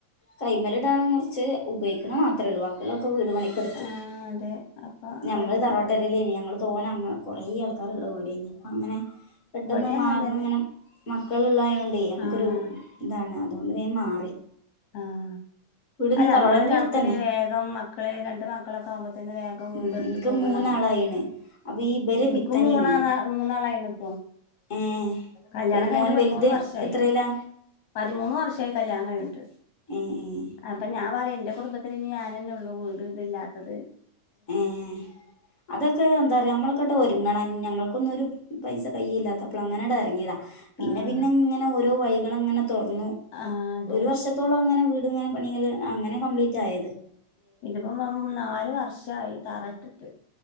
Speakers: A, on the left; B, on the left.
A: കൈമേൽ ഇടാനും കൊറച്ച് ഉപയോക്കണ മാത്രേ ഒള്ളു ബാക്കി ഒള്ളക്കെ വീട് പണി കൊടുത്തു
B: ആഹ് അതെ അപ്പൊ
A: ഞമ്മള്
B: അവര്
A: തറവട്ട <unintelligible> ഞങ്ങള് പോവാനാ അങ്ങ് കൊറേ ആൾക്കാരൊള്ള വീട് അനി അങ്ങനെ പെട്ടെന്ന്
B: ഇവിടെ
A: മാറുന്ന
B: തന്നെ
A: അങ്ങനെ മക്കള് ഒള്ളായോണ്ടേ നമുക്കൊരു
B: ആഹ്
A: ഇതാണ് അതുകൊണ്ട് വേഗം മാറി
B: ആഹ്
A: വീട്
B: അല്ല
A: തറവാടിന്റെ
B: അമ്മളൊരു കണക്കിന്
A: അടുത്തന്നെ
B: വേഗം മക്കള് രണ്ട് മക്കളൊക്കെ ആവുമ്പോ തന്നെ വേ ഗം
A: ഉം
B: വീടെട്ത്ത്
A: ഇൻക്ക്
B: പോവാ
A: മൂന്നാളായിണ്
B: നല്ലത്
A: അപ്പൊ ഈ ഇബരെ
B: ഇനിക്കും
A: പിത്തനേം
B: മൂന്നാളാ മൂന്നാളായിന ഇപ്പോ
A: ഏ
B: കല്യാണം കഴിഞ്ഞിട്ട്
A: മോന്
B: പതിമൂന്ന്
A: വലുത്
B: വർഷായി
A: എത്രയിലാ
B: പതിമൂന്ന് വർഷായി കല്യാണം കഴിഞ്ഞിട്ട്
A: ഏഹ് ഏഹ്
B: അപ്പൊ ഞാൻ പറയും ന്റെ കുടുംബത്തിൽ ഇനി ഞാനന്നെ ഒള്ളൂ വീട് ഇതും ഇല്ലാത്തത്
A: ഏഹ് അതൊക്കേ എന്താ റയാ നമ്മള് കേട്ടോ ഒരുങ്ങണം ഞങ്ങൾക്കൊന്നും ഒരു പൈസ കൈയില്ലാത്തപ്പളാ അങ്ങനാടാ എറങ്ങിയതാ പിന്നെ
B: ആഹ്
A: പിന്നെ ഇങ്ങനെ ഓരോ വൈകള് അങ്ങനെ തൊറന്നു
B: ആഹ് അതെ
A: ഒരു വർഷ ത്തോളം അങ്ങനെ വീട് ഇങ്ങനെ പണികള് അങ്ങനെ കംപ്ലീറ്റായത്
B: ഇതിപ്പോ നമ് നാലു വർഷായി തറട്ടിട്ട്